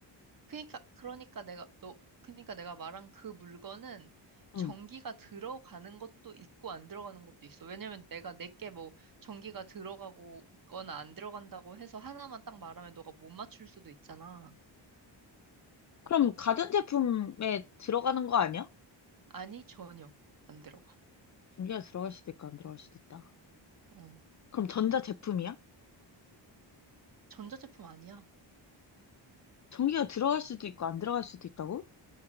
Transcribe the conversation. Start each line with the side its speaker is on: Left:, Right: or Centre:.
Right: 그러니까 그러니까 내가 너 그러니까 내가 말한 그 물건은 전기가
Left: 응.
Right: 들어가는 것도 있고 안 들어가는 것도 있어. 왜냐면 내가 내게 뭐 전기가 들어가고 있거나 안 들어간다고 해서 하나만 딱 말하면 너가 못 맞출 수도 있잖아.
Left: 그럼 가전 제품에 들어가는 거 아니야?
Right: 아니, 전혀 안 들어가.
Left: 전기가 들어갈 수도 있고 안 들어갈 수도 있다.
Right: 어.
Left: 그럼 전자 제품이야?
Right: 전자제품 아니야.
Left: 전기가 들어갈 수도 있고 안 들어갈 수도 있다고?